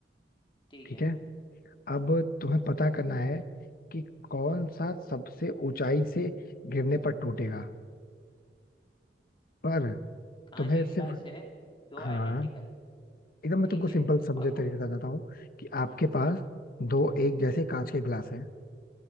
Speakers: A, on the left; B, on the left.
A: ठीक
B: ठीक
A: है
B: है अब तुम्हें पता करना है कि कौन सा सबसे ऊंचाई से गिरने पर टूटेगा पर
A: कांच
B: तुम्हें
A: के गिलास
B: सिर्फ
A: है दो
B: हाँ
A: आइडेंटिकल
B: एकदम मैं
A: ठीक
B: तुमको
A: है
B: सिंपल समझे
A: और कौ-
B: तरीके से बताता हूँ कि आपके
A: हम्म,
B: पास दो एक जैसे कांच के ग्लास है